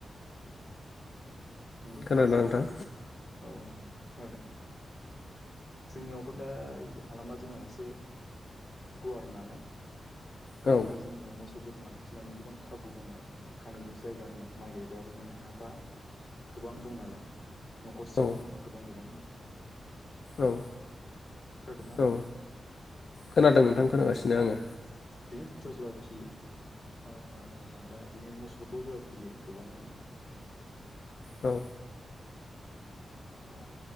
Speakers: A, on the left (about 30°); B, on the left (about 50°).
A: नंगौ
B: खोनादोंना
A: नङा।
B: नोंथां
A: औ खोनादों। जोंनियावथ दा हालामा। जोंना एसे गुवार नालाय।
B: औ
A: दा जोंनियाव मोसौ बोरमा। फिसिनायनि गोबां खाबु दङ आरो माने खानोबो जायगा दङ माइ गायबाबो माने हाफ्रा गोबां दं नालाय न'खरसेयावनो
B: औ
A: गोबां गोबांनो।
B: औ।
A: खोनादों ना
B: औ खोनादों नोंथां खोनागासिनो
A: औ दा
B: आङो
A: बिनो सोर सोर सोरबा फियो। औ खोनादों दा बिदिनो मोसौफोरखौ सोरबा फियो गोबाङानो।
B: औ।
A: ना।